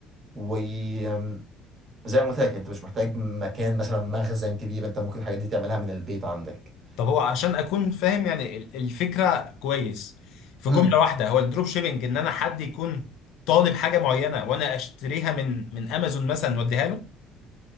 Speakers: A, on the right (about 35°); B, on the left (about 75°).
A: وزي ما قلت لك انت مش محتاج مكان مثلا مخزن كبير انت ممكن الحاجات دي تعملها من البيت عندك
B: طب هو عشان اكون فاهم يعني ال- الفكره كويس في
A: امم
B: جمله واحده هو الدروب شيبينج ان انا حد يكون طالب حاجه معينه وانا اشتريها من من امازون مثلا واديها له